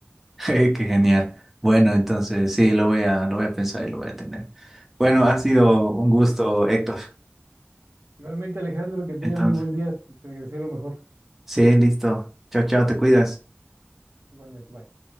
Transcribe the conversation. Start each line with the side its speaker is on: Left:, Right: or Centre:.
Centre: <laughs> Qué genial. Bueno, entonces sí, lo voy a, lo voy a pensar y lo voy a tener. Bueno, ha sido un gusto, Héctor.
Right: Igualmente, Alejandro, que tengas
Centre: Entonces,
Right: muy buen día, te, te deseo lo mejor.
Centre: sí, listo. Chao, chao, te cuidas.
Right: Igualmente, bye.